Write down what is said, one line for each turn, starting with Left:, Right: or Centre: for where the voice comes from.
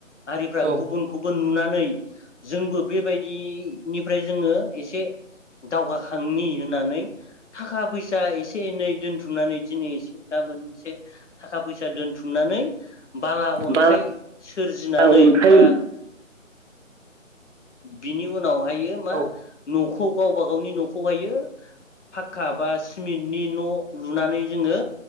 Left: हारिफ्रा
Right: औ
Left: गुबुनखौबो नुनानै नै जोंबो बेबायदिनिफ्राय जोङो एसे दावगाखांनि होननानै थाखा फैसा एसे एसे एनै दोनथुमनानै दिनै एसे गाबोन एसे थाखा फैसा दोनथुमनानै बाला अन्थाइ
Right: बाला
Left: सोरजिनानै
Right: अन्थाइ
Left: बा बिनि उनाव हायो मा
Right: औ
Left: न'खौ गावबा गावनि न'खौहायो फाखक्का बा सिमेन्टनि न' लुनानै जोङो